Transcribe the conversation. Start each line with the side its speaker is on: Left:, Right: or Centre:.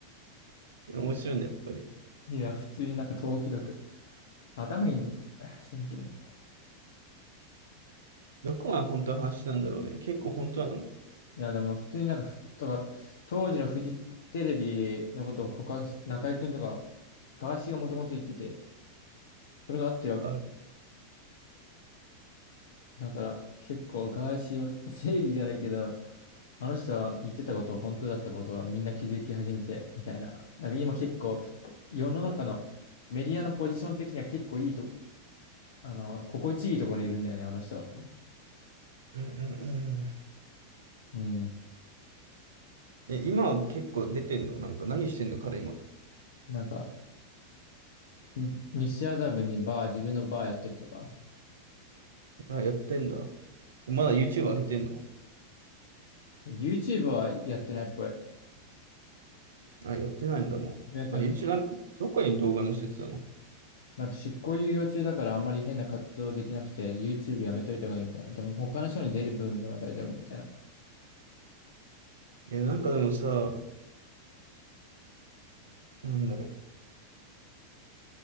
Right: 面白いんだ、やっぱり。
Left: いや、普通になんかトーク力。頭いいねって、シンプルに。
Right: どこが本当の話なんだろうね。結構本当なの。
Left: いや、でも普通になんかふ、とか、当時のフジテレビのことを告白す、中居くんとか、ガーシーがもともと言ってて、それが合ってるわ
Right: あ、
Left: だから結構ガーシーは <laughs> 正義じゃないけど、あの人は言ってたことを本当だったことがみんな気づき始めてみたいな。なんか今結構ポ世の中のメディアのポジション的には結構いいとこ、あの、心地いいところにいるんだよね、あの人。
Right: うんうんうん。
Left: うん。
Right: え、今は結構出てんのなんか何してんの彼今。
Left: なんか、ん西麻布にバー、自分のバーやってるとか。
Right: あ、やってんだ。まだ YouTube 上げてんの
Left: YouTube はやってないっぽい。
Right: あ、やってないんだもう。
Left: だけど
Right: あ、YouTube なんかどこに動画載せてたの
Left: なんか執行猶予中だからあんまり変な活動できなくて、YouTube やめといた方がいいみたいな。でも他の人に出る分では大丈夫みたいな。
Right: え、なんかでもさ、なんだろう。